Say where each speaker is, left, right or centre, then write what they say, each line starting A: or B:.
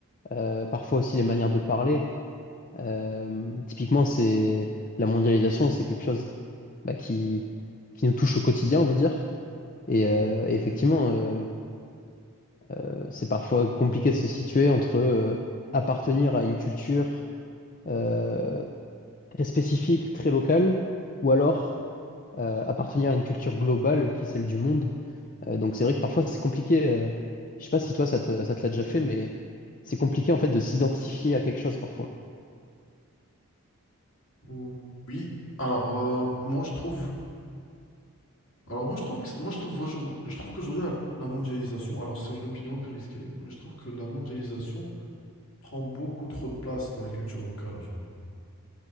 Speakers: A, on the left; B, on the left.
A: euh, parfois aussi les manières de parler. Euh, typiquement, c'est la mondialisation, c'est quelque chose bah, qui, qui nous touche au quotidien, on va dire. Et, euh, et effectivement, euh, euh, c'est parfois compliqué de se situer entre euh, appartenir à une culture euh, très spécifique, très local, ou alors euh, appartenir à une culture globale qui est celle du monde. Euh, donc c'est vrai que parfois c'est compliqué. euh, je sais pas si toi ça te, ça te l'a déjà fait, mais c'est compliqué en fait de s'identifier à quelque chose parfois.
B: Ou- Oui, alors euh, moi je trouve, alors moi je trouve que, moi je trouve aujourd'hui, je trouve qu'aujourd'hui la, la mondialisation, alors c'est une opinion plus risquée, mais je trouve que la mondialisation prend beaucoup trop de place dans les cultures locales aujourd'hui.